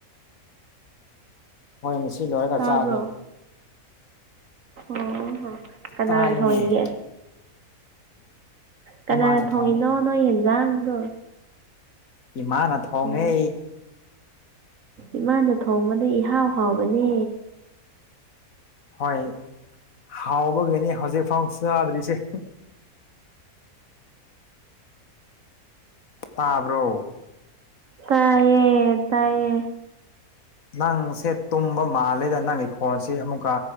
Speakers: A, on the left (about 60°); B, on the right (about 60°).
A: ꯍꯣꯏ ꯃꯁꯤ ꯂꯣꯏꯔꯒ
B: ꯇꯥꯕ꯭ꯔꯣ
A: ꯆꯥꯒꯦ
B: ꯑꯣ ꯍ ꯀꯅꯥꯅ
A: ꯇꯥꯏꯅꯦ
B: ꯊꯒꯦ ꯀꯅꯥꯅ
A: ꯏꯃꯥꯅ ꯊꯣꯡ
B: ꯊꯣꯡꯉꯤꯅꯣ ꯅꯣꯏ ꯌꯦꯟꯖꯥꯡꯗꯣ
A: ꯏꯃꯥꯅ ꯊꯣꯡꯉꯦ
B: ꯑꯣ ꯏꯃꯥꯅ ꯊꯣꯡꯕꯗ ꯏꯍꯥꯎ ꯍꯥꯎꯕꯅꯦ
A: ꯍꯣꯏ ꯍꯥꯎꯕꯒꯤꯅꯤ ꯍꯧꯖꯤꯛꯐꯥꯎ ꯆꯗ꯭ꯔꯤꯁꯦ ꯇꯥꯕ꯭ꯔꯣ
B: ꯇꯥꯏꯌꯦ ꯇꯥꯏꯌꯦ
A: ꯅꯪꯁꯦ ꯇꯨꯝꯕ ꯃꯥꯜꯂꯤꯦꯗ ꯅꯪꯒꯤ ꯈꯣꯟꯁꯤ ꯑꯃꯨꯛꯀ